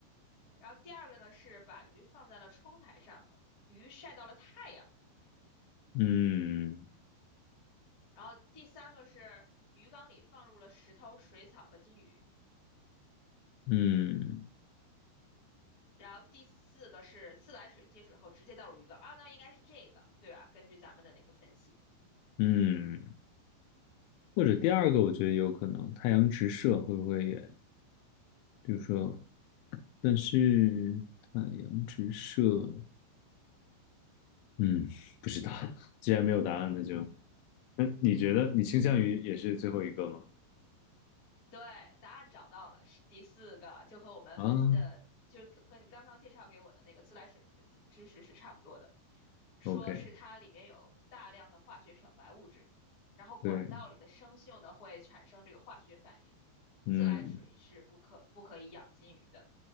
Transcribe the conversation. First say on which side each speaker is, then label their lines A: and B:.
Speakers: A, on the left; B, on the left.
A: 然后第二个呢是把鱼放在了窗台上，鱼晒到了太阳。
B: 嗯
A: 然后第三个是鱼缸里放入了石头、水草和金鱼。
B: 嗯嗯
A: 然后第四个是自来水接水后直接倒入鱼缸啊，那应该是这个，对吧？根据咱们的那个分析。
B: 嗯，或者第二个，我觉得有可能太阳直射会不会也，比如说，但是太阳直射，嗯，不知道，既然没有答案，那就，那你觉得你倾向于也是最后一个吗？
A: 对，答案找到了，是第四个，就和我们分析的，
B: 啊
A: 就和和你刚刚介绍给我的那个自来水的知知识是差不多的。说是它里边有大量的化学漂白物质，
B: ，OK，
A: 然后管道里的生锈呢会产生这个化学反应。
B: 对，嗯
A: 自来水是不可不可以养金鱼的。